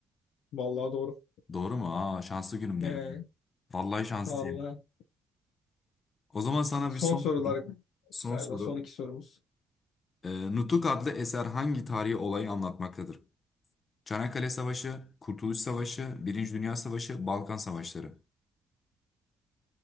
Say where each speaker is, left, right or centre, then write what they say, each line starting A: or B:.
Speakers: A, on the left (about 85°); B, on the left (about 40°).
A: Vallahi doğru.
B: Doğru mu? Aa şanslı günümdeyim.
A: Ee,
B: Vallahi şanslıyım.
A: vallahi.
B: O zaman sana
A: Son
B: bir son
A: sorular
B: soru. Son
A: galiba
B: soru.
A: son iki sorumuz.
B: Ee, Nutuk adlı eser hangi tarihi olayı anlatmaktadır? Çanakkale Savaşı, Kurtuluş Savaşı, Birinci Dünya Savaşı, Balkan Savaşları.